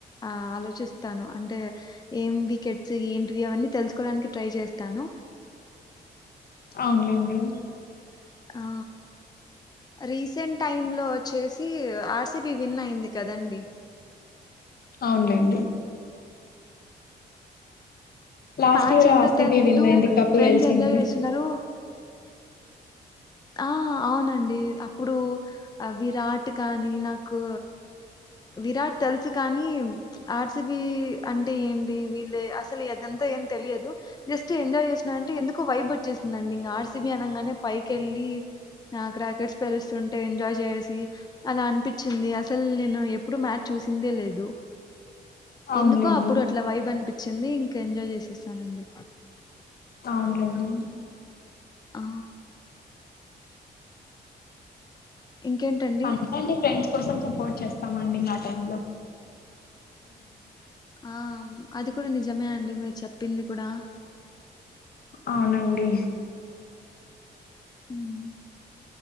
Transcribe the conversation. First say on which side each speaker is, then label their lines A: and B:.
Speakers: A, on the left (about 20°); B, on the left (about 55°).
A: ఆ ఆలోచిస్తాను అంటే ఏం బికెట్స్ ఏంటి వి అవన్నీ తెలుసుకోడానికి ట్రై చేస్తాను
B: అవునులేండి
A: ఆ రీసెంట్ టైమ్ లో వచ్చేసి ఆర్ సీ బి విన్ అయింది కదండి
B: అవునులేండి లాస్ట్
A: మ్యాచ్
B: ఇయర్
A: ఏంటో
B: ఆర్సిబి
A: తెలీదు
B: విన్ అయింది కప్పు
A: ఫ్రెండ్స్
B: గెలిచింది
A: ఎంజాయ్ చేస్తున్నారు ఆ అవునండి అప్పుడు విరాట్ కానీ నాకు విరాట్ తెలుసు కానీ ఆర్ సి బి అంటే ఏంటి వీళ్ళే అసలు ఏదంతా ఏం తెలియదు జస్ట్ ఎంజాయ్ చేసినంటే ఎందుక వైబ్ వచ్చేసిందండి ఇంకా ఆర్ సి బి అనగానే పై కెళ్ళి ఆ క్రాకెట్స్ పెలుస్తుంటే ఎంజాయ్ చేసి అలా అనిపించింది అసలు నేను ఎప్పుడు మ్యాచ్ చూసిందే లేదు
B: అవునులేండి
A: ఎందుకో అప్పుడు అట్లా వైబ్ అనిపి వచ్చింది ఇంకా ఎంజాయ్ చేసేసానండి
B: అవునులేండి
A: ఆ ఇంకేంటండి
B: అంత అండి ఫ్రెడ్స్ కోసం సపోర్ట్ చేస్తామ్ అండి ఆ టైమ్ లో
A: ఆ అది కూడా నిజమే అండి మీరు చెప్పింది కూడా
B: అవునండి
A: మ్మ్